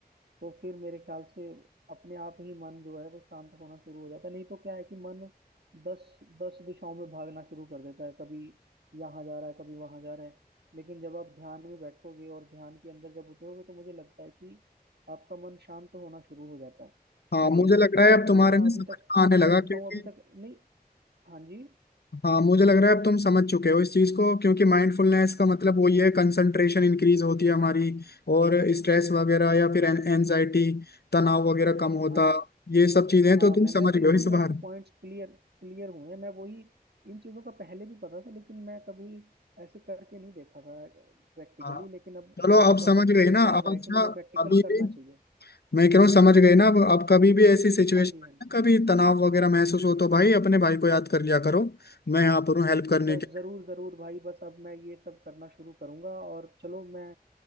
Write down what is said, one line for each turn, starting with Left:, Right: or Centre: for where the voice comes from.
Right: तो फिर मेरे ख्याल से अपने आप ही मन जो है वो शांत होना शुरू हो जाता है नहीं तो क्या है कि मन दस दस दिशाओं में भागना शुरू कर देता है कभी यहाँ जा रहा है कभी वहाँ जा रहा है लेकिन जब आप ध्यान में बैठोगे और ध्यान के अंदर जब उतरोगे तो मुझे लगता है कि आपका मन शांत होना शुरू हो जाता है
Left: हाँ
Right: लेकिन
Left: मुझे लग रहा है अब तुम्हारे
Right: मैं
Left: में
Right: अभी
Left: समझ
Right: तक
Left: में आने लगा
Right: सच बताऊं
Left: क्योंकि
Right: अभी तक नहीं हाँ जी
Left: हाँ मुझे लग रहा है अब तुम समझ चुके हो इस चीज को क्योंकि माइंडफुलनेस का मतलब वही है कंसंट्रेशन इंक्रीज होती है हमारी और स्ट्रेस वगैरह या फिर एनजाइटी तनाव वगैरह कम होता
Right: हाँ जी
Left: ये सब चीजें
Right: हाँ
Left: तो
Right: मैं
Left: तुम
Right: मैं
Left: समझ
Right: बिल्कुल
Left: गए हो इस
Right: मेरे
Left: बार
Right: को पॉइंट्स क्लियर क्लियर हुए हैं मैं वही इन चीज़ों का पहले भी पता था लेकिन मैं कभी ऐसे करके नहीं देखा था प्रैक्टिकली
Left: हाँ
Right: लेकिन अब
Left: चलो
Right: आपकी
Left: अब समझ
Right: बातें सुन
Left: गए
Right: के
Left: ना
Right: मुझे लग
Left: अब
Right: रहा
Left: अच्छा
Right: है कि मुझे प्रैक्टिकल
Left: अभी
Right: करना
Left: भी
Right: चाहिए
Left: मैं कह रहा हूँ समझ गए ना अब अब कभी भी ऐसी सिचुएशन
Right: हाँ जी हाँ जी।
Left: कभी तनाव वगैरह महसूस हो तो भाई अपने भाई को याद कर लिया करो मैं यहाँ पर हूँ हेल्प करने
Right: बस
Left: के
Right: ज़रूर ज़रूर भाई बस अब मैं ये सब करना शुरू करूँगा और चलो मैं